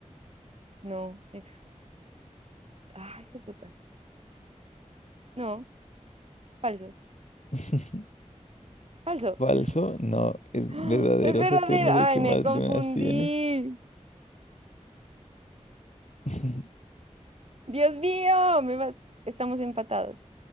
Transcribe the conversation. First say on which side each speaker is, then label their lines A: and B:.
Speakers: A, on the right; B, on the left.
A: No, es. Ay, hijo de puta. No, falso.
B: <laughs>
A: Falso.
B: Falso,
A: Es, <gasps>
B: no, es
A: ¡Ah!
B: verdadero.
A: es verdadero.
B: Saturno es
A: Ay,
B: el que
A: me
B: más
A: confundí.
B: lunas tiene. <laughs>
A: Dios mío, me vas. Estamos empatados.